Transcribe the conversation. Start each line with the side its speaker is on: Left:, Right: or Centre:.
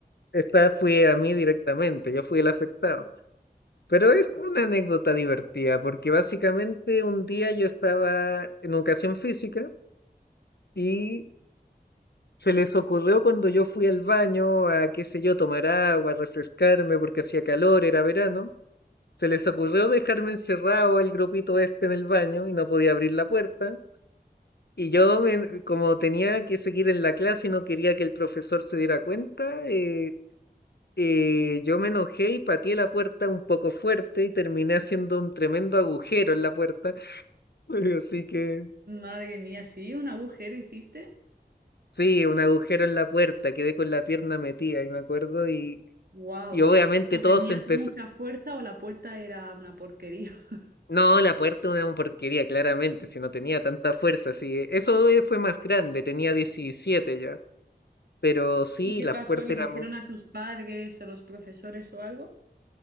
Left: Esta fue a mí directamente. Yo fui el afectado. Pero es como una anécdota divertida, porque básicamente un día yo estaba en educación física y se les ocurrió cuando yo fui al baño a, qué sé yo, tomar agua, refrescarme porque hacía calor, era verano, se les ocurrió dejarme encerrado el grupito este en el baño y no podía abrir la puerta. Y yo, me- como tenía que seguir en la clase y no quería que el profesor se diera cuenta, eh, eh, yo me enojé y pateé la puerta un poco fuerte y terminé haciendo un tremendo agujero en la puerta. <laughs> Así que
Right: Madre mía, ¿sí? ¿Un agujero hiciste?
Left: sí, un agujero en la puerta, quedé con la pierna metida, y me acuerdo, y,
Right: ¡Wow!
Left: y obviamente
Right: O
Left: todo
Right: tenías
Left: se empezó.
Right: mucha fuerza o la puerta era una porquería. <laughs>
Left: No, la puerta una porquería, claramente, si no tenía tanta fuerza, sí. Eso eh, fue más grande, tenía 17 ya. Pero sí,
Right: ¿Y qué
Left: las
Right: pasó?
Left: puertas
Right: ¿Le dijeron
Left: eran. mu-
Right: a tus padres o los profesores o algo?